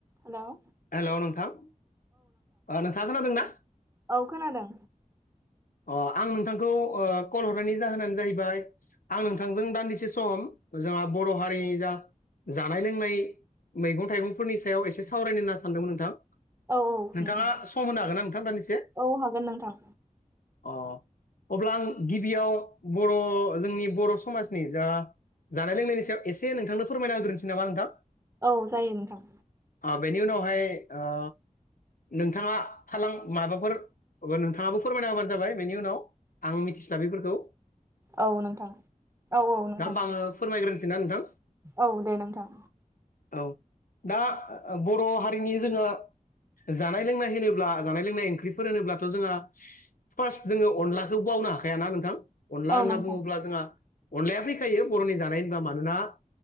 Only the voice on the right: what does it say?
हेल'।
औ खोनादों।
औ औ
नोंथां
औ हागोन नोंथां।
औ जायो नोंथां।
औ नोंथां। औ औ नोंथां
औ दे नोंथां।
औ
नोंथां